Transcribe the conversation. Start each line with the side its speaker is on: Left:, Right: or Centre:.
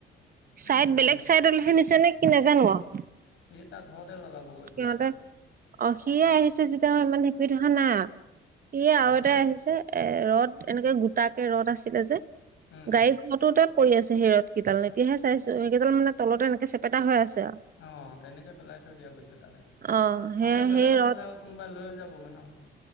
Right: চাইদ
Left: অঁ
Right: বেলেগ চাইডলৈহে নিছে নে কি নাজানো আৰু!
Left: সেই তাৰ ঘৰতে লগাব গৈ
Right: সিহঁতে
Left: পেলাই আকৌ!
Right: অ' সিয়ে আহিছে যেতিয়া মই ইমান হেৰি কৰি থকা নাই আৰু! সিয়ে আৰু
Left: উম
Right: এটাই আহিছে। এ ৰদ, এনেকে গোটাকে ৰদ আছিলে যে
Left: উম
Right: গাড়ী ঘৰটোতে পৰি আছে সেই ৰদ কেইডাল। এতিয়াহে চাইছো, সেইকেইডাল মানে তলতে এনেকে চেপেটা হৈ আছে আৰু!
Left: অ' তেনেকৈ পেলাই থৈ দিয়া গৈছে তাতে,
Right: অ সে
Left: নহ'লে বেলেগত
Right: সেই ৰদ
Left: থ'লে আকৌ কোনোবা লৈ যাবগৈ ন!